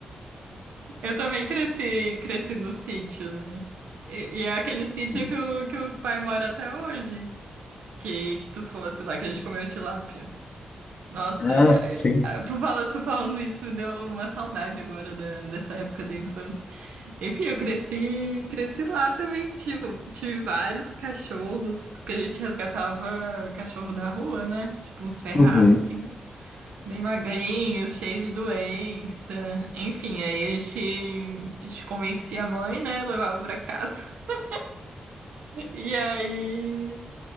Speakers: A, on the right (about 80°); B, on the left (about 45°).
A: Eu também cresci, cresci no sítio, né? E, e é aquele sítio
B: <laughs>
A: que o, que o pai mora até hoje. Que, que tu fosse lá, que a gente comeu tilápia. Nossa,
B: Ah,
A: e-
B: sim.
A: a- tu fala, tu falando isso me deu uma saudade agora da- dessa época da infância. Enfim, eu cresci, cresci lá também, tipo, tive vários cachorros, porque a gente resgatava cachorro da rua, né? Tipo, uns ferrados,
B: Uhum.
A: assim, bem magrinhos, cheios de doença. Enfim, aí a gente, a gente convencia a mãe, né? Levava pra casa. <laughs> E aí,